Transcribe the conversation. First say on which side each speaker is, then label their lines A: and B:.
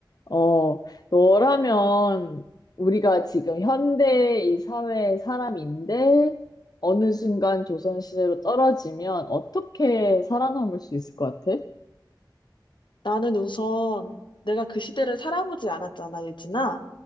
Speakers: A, on the left (about 55°); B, on the left (about 80°).
A: 어, 너라면 우리가 지금 현대 이 사회의 사람인데 어느 순간 조선시대로 떨어지면 어떻게 살아남을 수 있을 것 같아?
B: 나는 우선 내가 그 시대를 살아보지 않았잖아, 예진아.